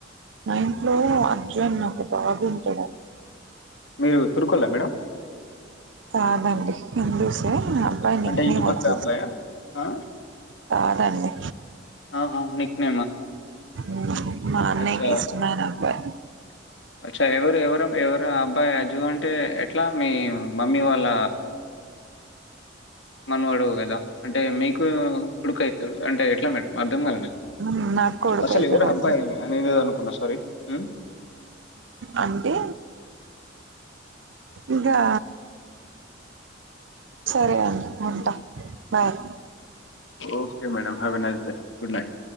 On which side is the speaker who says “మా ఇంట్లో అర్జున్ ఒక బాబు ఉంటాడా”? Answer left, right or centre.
Right